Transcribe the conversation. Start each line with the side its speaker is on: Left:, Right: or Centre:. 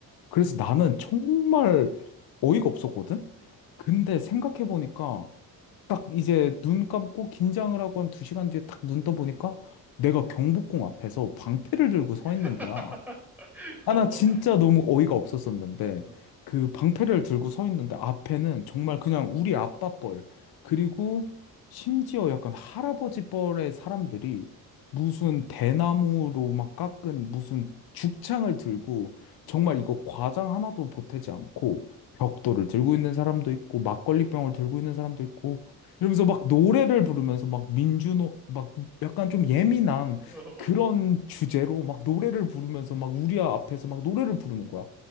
Left: 그래서 나는 정말 어이가 없었거든?
Centre: 음?
Left: 근데 생각해보니까 딱 이제 눈 감고 긴장을 하고 한 두 시간 뒤에 딱 눈 떠보니까 내가 경복궁 앞에서 방패를 들고 서
Centre: <laughs>
Left: 있는 거야. 아,
Centre: 어,
Left: 나 진짜 너무 어이가 없었었는데,
Centre: 음,
Left: 그 방패를 들고 서 있는데, 앞에는 정말 그냥 우리 아빠 뻘, 그리고
Centre: 음.
Left: 심지어 약간 할아버지 뻘의 사람들이 무슨 대나무로 막 깎은 무슨 죽창을 들고, 정말 이거 과장 하나도 보태지 않고, 벽돌을 들고 있는 사람도 있고, 막걸리병을 들고 있는 사람도 있고, 이러면서 막 노래를 부르면서 막 민주노, 막 약간 좀 예민한
Centre: 어,
Left: 그런
Centre: 어,
Left: 주제로 막 노래를 부르면서 막 우리 앞에서 막 노래를 부르는
Centre: 음,
Left: 거야.